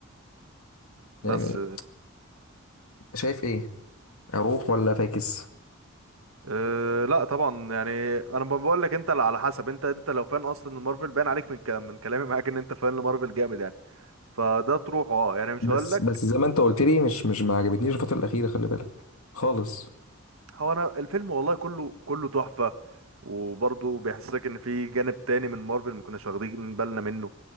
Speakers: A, on the right; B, on the left.
A: بس
B: يعني شايف ايه اروح ولا فاكس
A: أه لا طبعا يعني انا بقول لك انت على حسب انت انت لو فان اصلا لمارفل باين عليك من كلام من كلامي معاك ان انت فان لمارفل جامد يعني فده تروح اه يعني مش
B: بس
A: هقول لك
B: بس زي ما انت قلت لي مش مش ما عجبتنيش الفتره الاخيره خلي بالك خالص
A: هو انا الفيلم والله كله كله تحفه وبرضه بيحسسك ان في جانب تاني من مارفل ما كناش واخدين بالنا منه